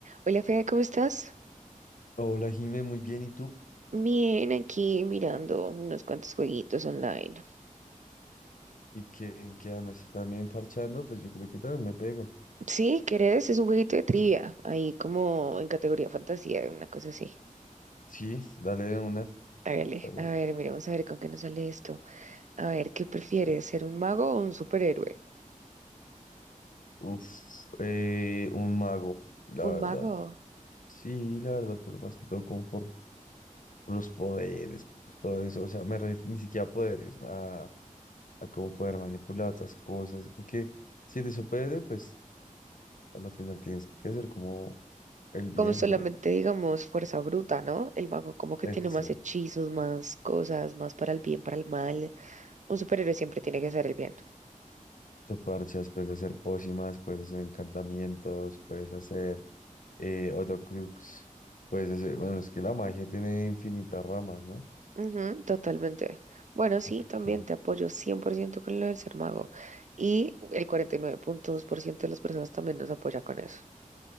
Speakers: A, on the right; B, on the left.
A: Hola Fede, ¿cómo estás?
B: Hola, Jime, muy bien. ¿Y tú?
A: Bien, aquí mirando unos cuantos jueguitos online.
B: ¿Y qué, en qué andas? ¿También parchando? Pues yo creo que también me pego.
A: Sí, ¿querés? Es un jueguito de trivia, ahí como en categoría fantasía, una cosa así.
B: Sí, dale de una.
A: Hágale,
B: Vale.
A: a ver, miremos a ver con qué nos sale esto. A ver, ¿qué prefieres, ser un mago o un superhéroe?
B: Uf, eh, un mago, la verdad.
A: Un mago.
B: Sí, la verdad, por, más que todo como por, por los poderes, por todo eso. O sea, me ref- ni siquiera a poderes, a, a cómo poder manipular otras cosas. Porque si eres superhéroe, pues a la final tienes que hacer como el bien,
A: Como solamente
B: ¿no?
A: digamos fuerza bruta, ¿no? El mago como que
B: Exacto.
A: tiene más hechizos, más cosas, más para el bien, para el mal. Un superhéroe siempre tiene que ser el bien.
B: Te parchas, puedes hacer pócimas, puedes hacer encantamientos, puedes hacer Eh, Horcrux. Pues ese- bueno, es que la magia tiene infinitas ramas, ¿no?
A: Ujú, totalmente. Bueno, sí,
B: Ok,
A: también te apoyo 100% con lo del ser mago. Y el cuarenta y nueve coma dos por ciento de las personas también nos apoya con eso.